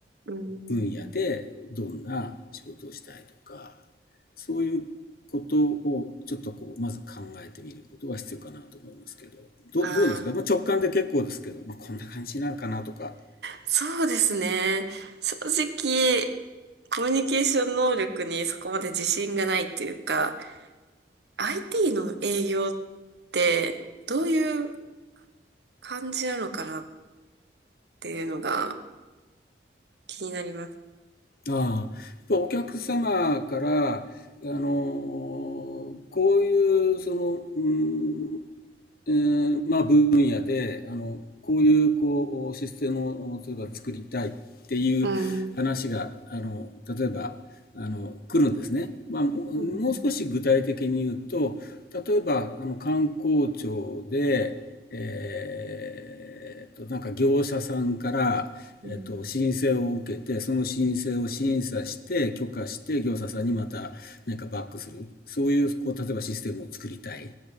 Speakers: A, on the right; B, on the left.
A: うん。
B: 分野でどんな仕事をしたいとかそういうことをちょっとこうまず考えてみることが必要かなと思いますけどどどうですか、
A: あ
B: まあ、直感で結構ですけど、まあ、こんな感じになるかなとか
A: そうですね。正直、コミュニケーション能力にそこまで自信がないというか、IT の営業ってどういう感じなのかなっていうのが気になります。
B: ああ、やっぱお客様から、あの、こういう、その、うん、えーまあ、分野で、あの、こういう、こう、システムを、例えば作りたいっていう話が、
A: うん。
B: あの、例えば、あの、来るんですね。まあ、ももう少し具体的に言うと、
A: うん。うん。
B: 例えば、あの、観光庁で、えーっと、なんか業者さんから、
A: うん。
B: えっと、申請を受けて、その申請を審査して、許可して、業者さんにまたなんかバックする。そういう、こう、例えばシステムを作りたい。